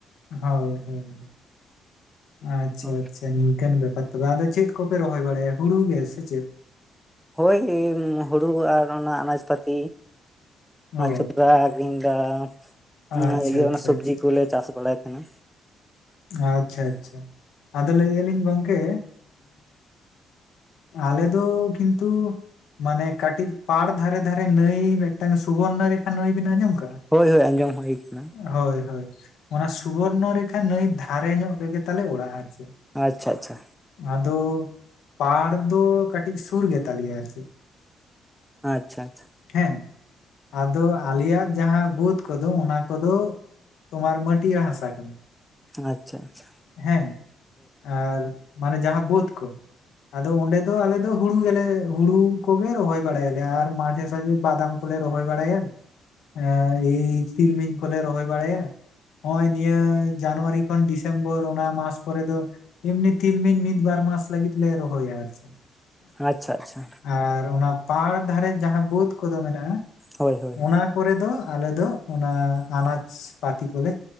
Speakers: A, on the left; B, in the centre.
A: ᱦᱳᱭ ᱦᱳᱭ ᱟᱪᱪᱷᱟ
B: ᱚ
A: ᱟᱪᱪᱷᱟ ᱱᱤᱝᱠᱟᱹᱱ ᱵᱮᱯᱟᱨ᱾ ᱛᱚᱵᱮ ᱟᱫᱚ ᱪᱮᱫ ᱠᱚᱯᱮ ᱨᱚᱦᱚᱭ ᱵᱟᱲᱟᱭᱟ ᱦᱩᱲᱩ ᱜᱮ ᱥᱮ ᱪᱮᱫ?
B: ᱦᱳᱭ ᱦᱩᱲᱩ ᱜᱮ ᱟᱨ ᱚᱱᱟ ᱟᱱᱟᱡᱽ ᱯᱟᱛᱤ᱾ ᱟᱪᱪᱷᱟ
A: ᱚ
B: <unintelligible> ᱾ ᱦᱩᱸ
A: ᱟᱪᱪᱷᱟ
B: ᱟᱨ ᱤᱭᱟᱹ
A: ᱟᱪᱪᱷᱟ
B: ᱚᱱᱟ ᱥᱚᱽᱵᱡᱤ
A: ᱟᱪᱪᱷᱟ
B: ᱠᱩᱞᱮ ᱪᱟᱥ ᱵᱟᱲᱟᱭ ᱛᱟᱦᱮᱸᱱᱟ᱾
A: ᱟᱪ-ᱪᱷᱟ ᱟᱪᱪᱷᱟ ᱟᱫᱚ ᱞᱟᱹᱭᱮᱜ-ᱟᱞᱤᱧ ᱜᱚᱝᱠᱮ᱾ ᱟᱞᱮ ᱫᱚ ᱠᱤᱱᱛᱩ᱾ ᱢᱟᱱᱮ ᱠᱟᱴᱤᱡ ᱯᱟᱲ ᱫᱷᱟᱨᱮ ᱫᱷᱟᱨᱮ ᱱᱟᱹᱭ ᱢᱮᱜᱴᱮᱝ ᱥᱩᱵᱚᱨᱱᱚ ᱨᱮᱠᱷᱟ ᱱᱟᱹᱭ ᱵᱤᱱ ᱟᱸᱡᱚᱢ ᱠᱟᱜᱼᱟ?
B: ᱦᱳᱭ ᱦᱳᱭ ᱟᱸᱡᱚᱢ ᱦᱳᱭ ᱠᱟᱱᱟ᱾
A: ᱦᱳᱭ ᱦᱳᱭ ᱚᱱᱟ ᱥᱩᱵᱚᱨᱱᱚ ᱨᱮᱠᱷᱟ ᱱᱟᱹᱭ ᱫᱷᱟᱨᱮ ᱧᱚᱜ ᱨᱮᱜᱮ ᱛᱟᱞᱮ ᱚᱲᱟᱜ ᱟᱨ ᱪᱮᱫ᱾
B: ᱟᱪ-ᱪᱷᱟ ᱟ᱾ᱪᱷᱟ
A: ᱟᱫᱚ ᱯᱟᱲ ᱫᱚ ᱠᱟᱴᱤᱡ ᱥᱩᱨ ᱜᱮᱛᱟ ᱞᱮᱭᱟ ᱟᱨ ᱪᱮᱫ᱾
B: ᱟᱪ-ᱪᱷᱟ ᱟᱪᱷᱟ᱾
A: ᱦᱮᱸ ᱟᱫᱚ ᱟᱞᱮᱭᱟᱜ᱾ ᱡᱟᱸᱦᱟ ᱵᱳᱫᱽ ᱠᱚ ᱫᱚ ᱚᱱᱟ ᱠᱚ ᱫᱚ ᱛᱳᱢᱟᱨ ᱢᱟᱹᱴᱤᱭᱟ ᱦᱟᱥᱟ ᱠᱟᱱᱟ᱾
B: ᱟᱪ ᱪᱷᱟ ᱟᱪᱷᱟ᱾
A: ᱦᱮᱸ ᱟᱨ ᱢᱟᱱᱮ ᱡᱟᱸᱦᱟ ᱵᱟᱹᱫᱽ ᱠᱚ᱾ ᱟᱫᱚ ᱚᱸᱰᱮ ᱫᱚ ᱟᱞᱮ ᱫᱚ ᱦᱩᱲᱩ ᱜᱮᱞᱮ ᱦᱩᱲᱩ ᱠᱚ ᱜᱮ ᱨᱚᱦᱚᱭ ᱵᱟᱲᱟᱭᱟᱞᱮ ᱟᱨ ᱢᱟᱡᱷᱮ ᱥᱟᱡᱷᱮ ᱵᱟᱫᱟᱢ᱾ ᱮᱼ ᱨᱚᱦᱚᱭ ᱵᱟᱲᱟᱭᱟᱱ ᱮᱸ ᱤ ᱛᱤᱞᱢᱤᱧ ᱠᱚᱞᱮ ᱨᱚᱦᱚᱭ ᱵᱟᱲᱟᱭᱟ, ᱱᱚᱜᱼᱚᱭ ᱱᱤᱭᱟᱹ ᱡᱟᱱᱩᱣᱟᱨᱤᱼᱼ ᱡᱳᱠᱷᱚᱱ ᱰᱤᱥᱮᱢᱵᱚᱨ ᱚᱱᱟ ᱢᱟᱥ ᱠᱚᱨᱮ ᱫᱚ ᱮᱢᱱᱤ ᱛᱤᱞᱢᱤᱞ ᱢᱤᱫ ᱵᱟᱨ ᱢᱟᱥ ᱞᱟᱹᱜᱤᱫ ᱞᱮ ᱨᱚᱦᱚᱭᱟ ᱟᱨᱠᱤ᱾
B: ᱟᱪᱪᱷᱟ ᱟᱪᱪᱷᱟ᱾
A: ᱟᱨ ᱚᱱᱟ ᱯᱟᱲ ᱫᱷᱟᱨᱮ ᱡᱟᱦᱟᱸ ᱵᱟᱹᱫᱽ ᱠᱚ ᱫᱚ ᱢᱮᱱᱟᱜᱼᱟ
B: ᱦᱳᱭ ᱦᱳᱭ
A: ᱚᱱᱟᱼᱼ ᱯᱚᱨᱮ ᱫᱚ ᱟᱞᱮ ᱫᱚ ᱚᱱᱟ ᱟᱱᱟᱡᱽ ᱯᱟᱛᱤ ᱠᱚᱞᱮ